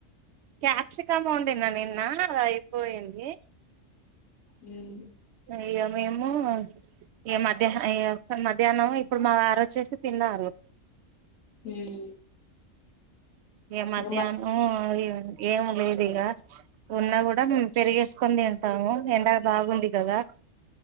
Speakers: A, on the right; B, on the left.
A: క్యాప్సికాం వండినా మరి నిన్న అదై పోయింది
B: మ్
A: ఇగ మేము ఇగ మధ్యాహ మధ్యాహ్నం ఇప్పుడు మా వారో వచ్చేసి తిన్నారు
B: మ్మ్
A: ఇక మధ్యాహ్నం
B: ఇంగ మళ్ళీ
A: ఇ ఏం లేదు ఇక ఉన్నా కూడా మేము పెరిగేసుకొని తింటాము ఎండ బాగుంది కదా